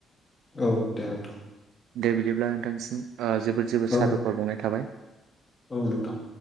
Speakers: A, on the left; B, on the right.
A: औ दे दोनथ'
B: दे बिदिब्ला नोंथांसिम ओ जोबोद जोबोद
A: औ
B: सादखर बावनाय थाबाय।
A: औ नोंथां